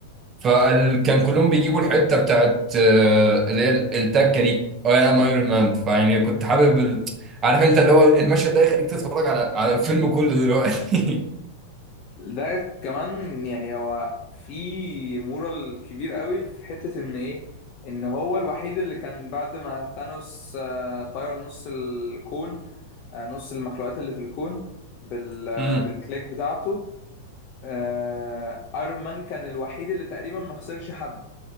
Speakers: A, on the right (about 20°); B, on the left (about 35°).
A: فكان كلهم بيجيبوا الحته بتاعت آه، اللي هي التكه دي اه انا ايرون مان فيعني كنت حابب ال... عارف انت اللي هو المشهد ده يخليك تتفرج على على الفيلم كله دلوقتي
B: ده كمان يعني هو في مورال كبير قوي في حتة ان ايه ان هو الوحيد اللي كان بعد ما ثانوس آه، طير نص الكون آه، نص المخلوقات اللي في الكون بال
A: <laughs>
B: آه،
A: امم
B: بالكليك بتاعته آه، ايرون مان كان الوحيد اللي تقريبا ما خسرش حد